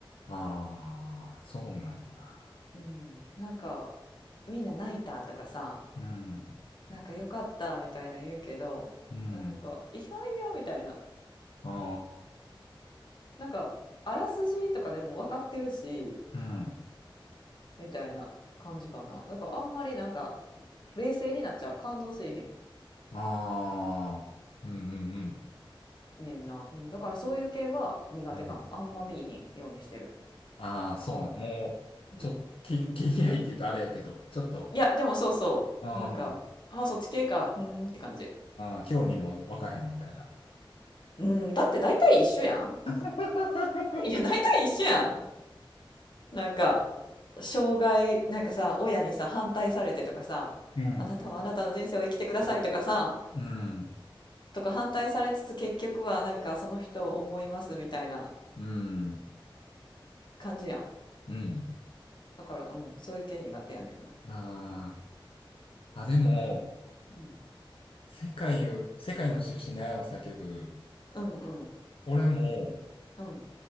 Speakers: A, on the left (about 90°); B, on the left (about 55°).
A: あ、ああ、そうなんや。
B: う。うん。なんか、みんな泣いたとかさ、
A: うん、
B: なんかよかったみたいなの言うけど、
A: うん、
B: なんか、いやいやみたいな。
A: あ
B: なんか、あらすじとかでも分かってるし、
A: あ、うん、
B: みたいな感じかな。だからあんまりなんか、冷静になっちゃう。感動しいひん。
A: ああ、うん、うん、うん。
B: ねんな、うん、だからそういう系は苦手かもあんま見いひんようにしてる
A: うんああ、そうなもう、
B: うん
A: ちょっと、毛、毛嫌いって言うとあれやけど、ちょっと、
B: いやでもそうそうなんかあまあそっち系かうーんって感じ
A: うん、うん、興味も湧かへんみたいな。
B: うんだって大体一緒やん
A: <laughs>
B: いや大体一緒やんなんか障害なんかさ親にさ反対されてとかさあなたはあなたの人生を生きてくださいとかさ
A: うん、うん、
B: とか反対されつつ結局はなんかその人を思いますみたいな
A: うん、
B: 感じやん
A: うん。
B: だからうんそういう系苦手やねんな
A: ああ、あ、でも、
B: うん
A: 世界を、世界の中心で愛を叫ぶ、
B: うんうん
A: 俺も
B: うん